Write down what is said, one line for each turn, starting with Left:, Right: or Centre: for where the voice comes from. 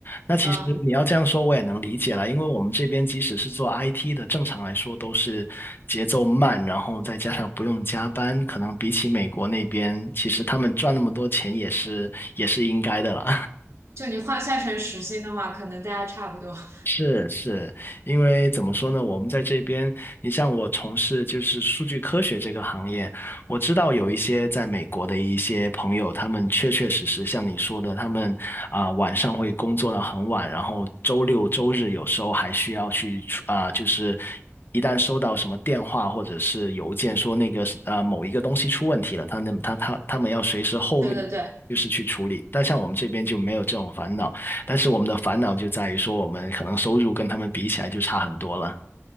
Left: 那其实你要这样说，
Right: 嗯，
Left: 我也能理解了，因为我们这边即使是做 IT 的，正常来说都是节奏慢，然后再加上不用加班，可能比起美国那边，其实他们赚那么多钱也是也是应该的了。
Right: 就你换算成时薪的话，可能大家差不多。<laughs>
Left: 是是，因为怎么说呢？我们在这边，你像我从事就是数据科学这个行业，我知道有一些在美国的一些朋友，他们确确实实像你说的，他们啊、晚上会工作到很晚，然后周六周日有时候还需要去出啊、就是一旦收到什么电话或者是邮件说那个呃某一个东西出问题了，他那他他他们要随时后面
Right: 对对对。
Left: 就是去处理，但像我们这边就没有这种烦恼。但是我们的烦恼就在于说，我们可能收入跟他们比起来就差很多了。